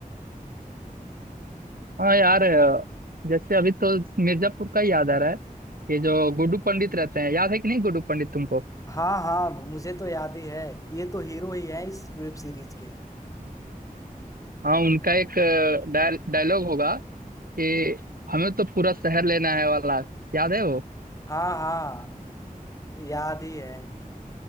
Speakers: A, on the right; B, on the left.
A: हाँ यार अ, जैसे अभी तो मिर्जापुर का ही याद आ रहा है ये जो गुड्डू पंडित रहते हैं याद है कि नहीं गुड्डू पंडित तुमको
B: हाँ हाँ मुझे तो याद ही है ये तो हीरो ही है इस वेब सीरीज के
A: हाँ उनका एक डायलॉग होगा कि हमें तो पूरा शहर लेना है वाला याद है वो
B: हाँ हाँ याद ही है